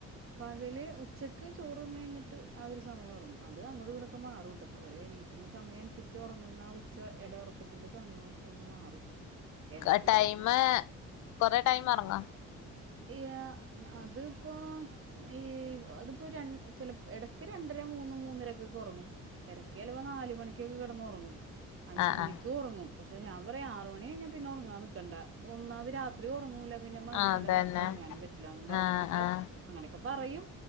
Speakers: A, on the right; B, on the left.
A: പകല് ഉച്ചക്ക് ചോറ് ന്നയ്ഞ്ഞിട്ട് ആഹ് ഒരു സമയം ഒറങ്ങും അത് അങ്ങടും ഇങ്ങടൊക്കെ മാറൂട്ടോ സമയ എനി സമയം അനുസരിച്ച് ഉറങ്ങുന്ന ആഹ് ഉച്ച എട ഉറക്കത്തിന്റെ സമയോം ഒന്ന് മാറും. ഇടക്ക്
B: ക ടൈമ് കൊറെ ടൈമ് ഒറങ്ങോ.
A: ഇയാ അതിപ്പോ. ഈ അതിപ്പോ രണ്ട് ചെല എടക്ക് രണ്ടര മൂന്ന് മൂന്നരക്കൊക്കെ ഒറങ്ങും. എടക്ക് ചെലപം നാല് മണിക്കൊക്കെ കെടന്നൊറങ്ങും. അഞ്ച്
B: ആഹ്
A: മണിക്കും
B: ആഹ്
A: ഒറങ്ങും പക്ഷെ ഞാൻപറയും ആറ് മണി കയിഞ്ഞാ പിന്നെ ഒറങ്ങാൻ നിക്കണ്ട ഒന്നാത് രാത്രി. രാത്രി ഒറങ്ങൂല പിന്നെ മഹ്
B: ആഹ്
A: രിബിന്റെ
B: അതന്നെ
A: നേരത്ത് ഉറങ്ങാനും പറ്റില്ലാന്ന് പറഞ്ഞിട്ടൊക്കെ
B: ആഹ് ആഹ്
A: അങ്ങനെക്കെ പറയും.